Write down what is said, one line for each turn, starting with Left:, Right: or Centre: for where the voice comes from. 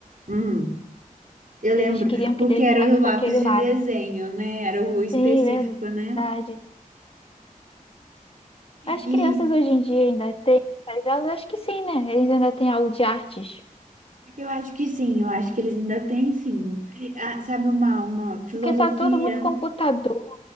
Right: Hum, eu lembro,
Left: Eles queriam que
Right: porque
Left: desenhasse
Right: era o lápis
Left: com aquele
Right: de
Left: lápis.
Right: desenho, né? Era o específico,
Left: Sim, verdade.
Right: né?
Left: As
Right: E
Left: crianças hoje em dia ainda têm essas aulas? Acho que sim, né? Eles ainda têm aula de artes.
Right: eu acho que sim, eu acho que eles ainda têm, sim. Ah, sabe, uma, uma filosofia.
Left: Porque tá tudo muito computador.